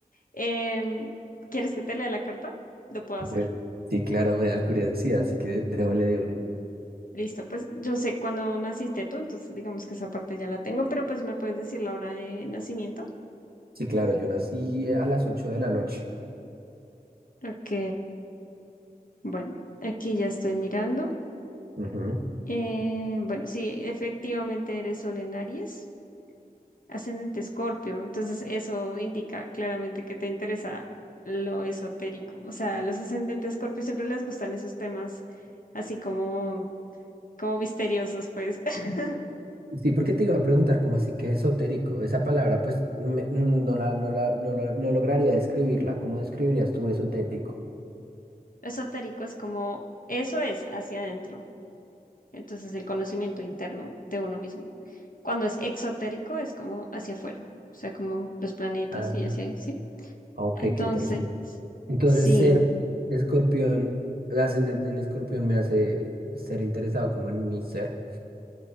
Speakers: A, on the left; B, on the right.
A: Em, ¿quieres que te lea la carta? Lo puedo
B: Bueno,
A: hacer.
B: sí, claro, me da curiosidad, así que démosle de una.
A: Listo. Pues yo sé cuándo naciste tú, entonces digamos que esa parte ya la tengo, pero pues me puedes decir la hora de nacimiento.
B: Sí, claro, yo nací eh, a las 8 de la noche.
A: Ok. Bueno, aquí ya estoy mirando.
B: Ujú.
A: Eh, bueno, sí, efectivamente eres Sol en Aries. Ascendente Escorpio, entonces eso indica claramente que te interesa lo esotérico. O sea, a los ascendentes Escorpio siempre les gustan esos temas así como, como misteriosos, pues. <laughs>
B: Sí, porque te iba a preguntar cómo así que esotérico. Esa palabra, pues, me- mm, no la, no la, no la, no lograría describirla. ¿Cómo describirías tú esotérico?
A: Lo esotérico es como, eso es hacia adentro, entonces el conocimiento interno de uno mismo. Cuando es exotérico es como hacia afuera, o sea, como los planetas
B: Ah,
A: y así, ¿sí?
B: ok,
A: Entonces,
B: qué interesante. Entonces,
A: sí,
B: ser escorpión, el ascendente en escorpión me hace ser interesado como en mi ser.